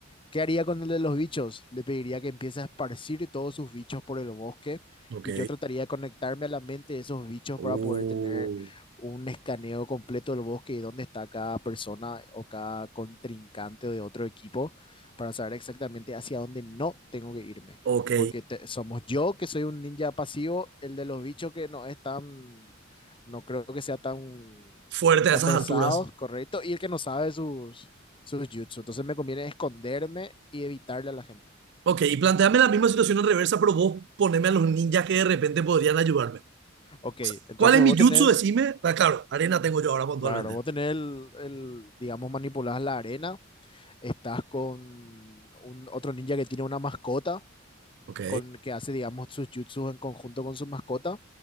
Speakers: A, on the left; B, on the right.
A: ¿Qué haría con el de los bichos? Le pediría que empiece a esparcir todos sus bichos por el bosque
B: Ok.
A: y yo trataría de conectarme a la mente de esos bichos
B: Uh,
A: para poder tener un escaneo completo del bosque y dónde está cada persona o cada contrincante de otro equipo para saber exactamente hacia dónde no tengo que irme.
B: ok.
A: Porque te- somos yo que soy un ninja pasivo, el de los bichos que no es tan, no creo que sea tan,
B: Fuerte a
A: tan
B: esas
A: versado,
B: alturas.
A: correcto, y el que no sabe sus sus jutsu. Entonces me conviene esconderme y evitarle a la gente.
B: Ok, y planteame la misma situación en reversa, pero vos poneme a los ninjas que de repente podrían ayudarme. O
A: Ok,
B: sea,
A: entonces
B: ¿cuál es
A: vos
B: mi
A: tenés,
B: jutsu? Decime. Ah, claro, arena tengo yo ahora puntualmente.
A: claro, vos tenés el, el, digamos, manipulás la arena, estás con un otro ninja que tiene una mascota.
B: Ok,
A: Con, que hace, digamos, sus jutsus en conjunto con su mascota,